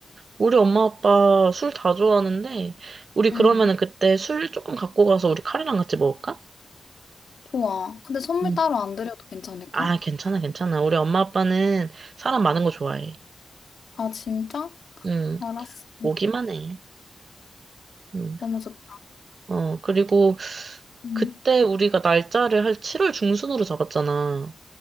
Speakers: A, on the right; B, on the left.
A: 우리 엄마 아빠 술 다 좋아하는데, 우리
B: 응,
A: 그러면은 그때 술 조금 갖고 가서 우리 카레랑 같이 먹을까?
B: 좋아. 근데 선물
A: 응.
B: 따로 안 드려도 괜찮을까?
A: 아, 괜찮아, 괜찮아. 우리 엄마 아빠는 사람 많은 거 좋아해.
B: 아, 진짜?
A: 응,
B: 알았어.
A: 오기만 해. 응,
B: 너무 좋다.
A: 어, 그리고
B: 응
A: 그때 우리가 날짜를 한 7월 중순으로 잡았잖아.